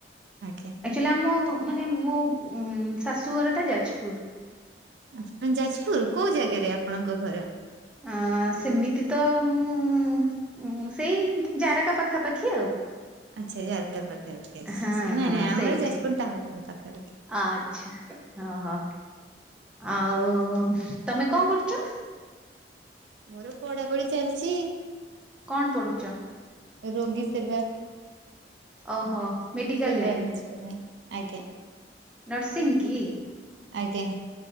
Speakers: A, on the right; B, in the centre.
A: ଆଜ୍ଞା
B: ଆକ୍ଚୁଲି ଆମ ମାନେ ମୋ ଉଁ ଶାଶୁଘର ଟା ଯାଜପୁର।
A: ଆଛା ଯାଜପୁର କୋଉ ଜାଗାରେ ଆପଣଙ୍କ ଘର?
B: ଅଁ ସେମିତି ତ ମୁଁ ଉଁ ସେଇ ଜାର କା ପାଖାପାଖି ଆଉ।
A: ଆଚ୍ଛା ଜାରକା ପାଖ <unintelligible>
B: ହଁ
A: ନାଇଁ
B: ହଁ
A: ନାଇଁ ଆମର
B: ସେଇଠି
A: ଯାଜପୁର ଟାଉନ ପାଖାପଖି।
B: ଆଚ୍ଛା ଅ ହ ଆଉ ତମେ କଣ କରୁଚ?
A: ମୋର ପଢାପଢି ଚାଲିଚି।
B: କଣ ପଢୁଚ?
A: ରୋଗୀ ସେବା
B: ଓହୋ ମେଡିକାଲ
A: ସେବା
B: ଲାଇନ
A: ବିଷୟରେ। ଆଜ୍ଞା।
B: ନର୍ସିଂ କି?
A: ଆଜ୍ଞା।